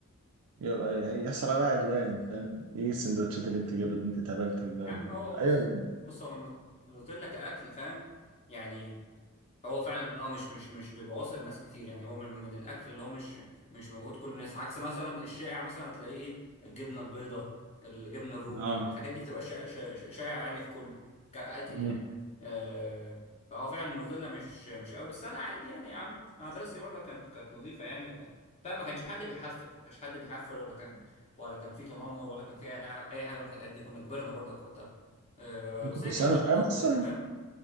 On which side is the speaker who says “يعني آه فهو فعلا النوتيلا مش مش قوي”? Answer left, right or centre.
Left